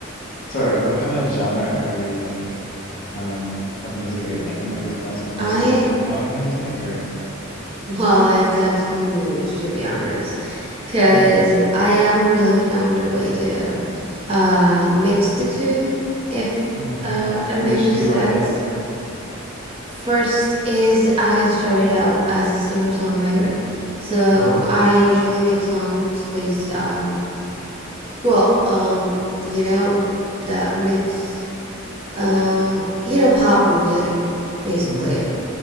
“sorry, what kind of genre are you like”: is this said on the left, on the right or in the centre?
Left